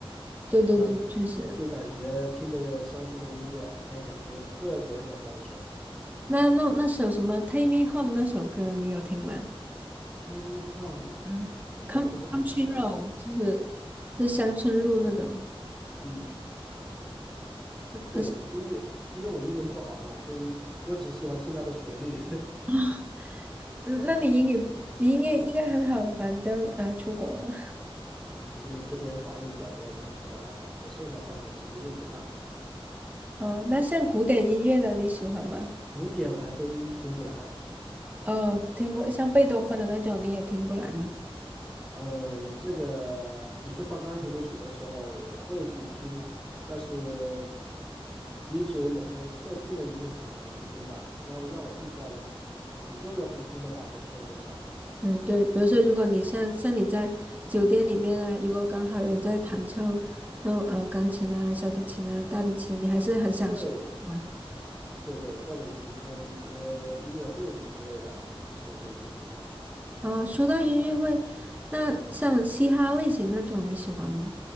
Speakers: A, on the right; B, in the centre.
A: 对对对，
B: 呃，
A: 确实。
B: 就感觉听着乡村的音乐，哎，感觉特别的放松。
A: 那那那首什么《Take Me Home》那首歌，你有听吗？
B: Take me home，
A: 嗯《Come
B: 我不是很记得，
A: Country Road》就是就是乡村路那种。
B: 嗯。
A: 那那是
B: 对，音乐，因为我英文不好嘛，所以我只喜欢听它的旋律
A: 啊，嗯那你英语你应该应该很好的吧？你都啊、呃出国了
B: <laughs> 啊，因为这边华人比较多嘛，都还好，在生活上其实用不上。
A: <laughs> 哦。那像古典音乐的你喜欢吗？
B: 古典我还真听不来，
A: 哦，听不像贝多芬的那种你也听不来吗？
B: 呃，这个你说放钢琴的曲的时候，我会去听，但是仅仅某种特定的一些场合去听吧，让我让我自己在玩，主动要去听的话，还是会很少。
A: 嗯，对，比如说如果你像像你在酒店里面啊，如果刚好有人在弹奏那种呃钢琴啊、小提琴啊、大提琴，你还是很享受，
B: 对，
A: 是吧？
B: 对对，或者你去看一些音乐会什么之类的，你是可以去听的。
A: 哦，说到音乐会，那像嘻哈类型那种你喜欢吗？